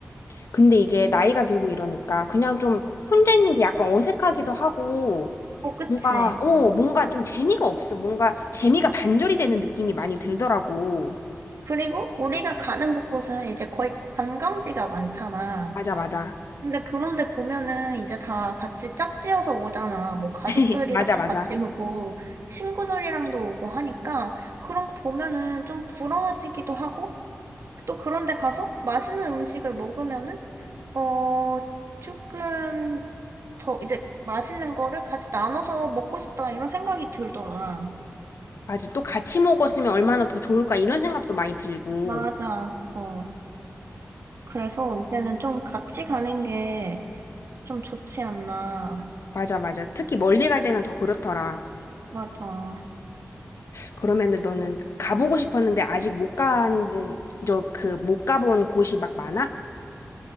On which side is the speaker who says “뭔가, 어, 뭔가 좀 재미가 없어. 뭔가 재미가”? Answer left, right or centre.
Left